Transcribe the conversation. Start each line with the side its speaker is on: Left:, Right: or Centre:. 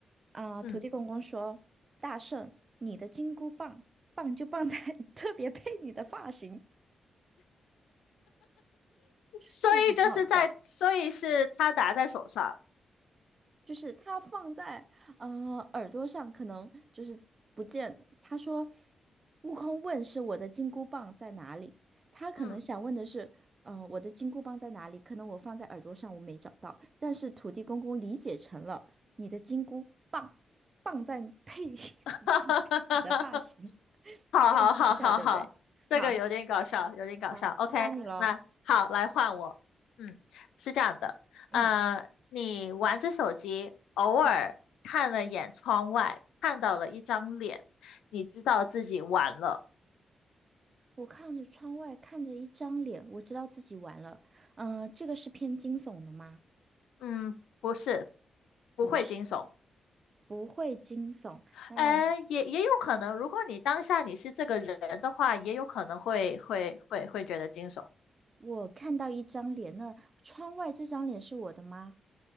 Right: 啊，
Left: 嗯，
Right: 土地公公说：“大圣，你的金箍棒棒就棒在 <laughs> 特别配你的发型。”
Left: 所以就是在，
Right: 是不是很好笑？
Left: 所以是他打在手上。
Right: 就是他放在呃耳朵上，可能就是不见。他说，悟空问是我的金箍棒在哪里？他可能想问的是，
Left: 嗯，
Right: 嗯、我的金箍棒在哪里？可能我放在耳朵上，我没找到。但是土地公公理解成了你的金箍棒，棒在配
Left: <laughs>
Right: <laughs> 你的发型，
Left: <laughs> 好好好好好，
Right: 这个很搞笑，对不对？
Left: 这个有点搞笑，
Right: 好，
Left: 有点搞笑。
Right: 好，
Left: OK，
Right: 回答你喽。
Left: 那好，来换我。嗯，是这样的，呃，
Right: 嗯
Left: 你玩着手机，偶尔看了眼窗外，
Right: 嗯，
Left: 看到了一张脸，你知道自己完了。
Right: 我看着窗外，看着一张脸，我知道自己完了。嗯、这个是偏惊悚的吗？
Left: 嗯，不是，不会惊悚。
Right: 不是不会惊悚。那让我
Left: 呃，也也有可能，如果你当下你是这个人的话，也有可能会会会会觉得惊悚。
Right: 我看到一张脸，那窗外这张脸是我的吗？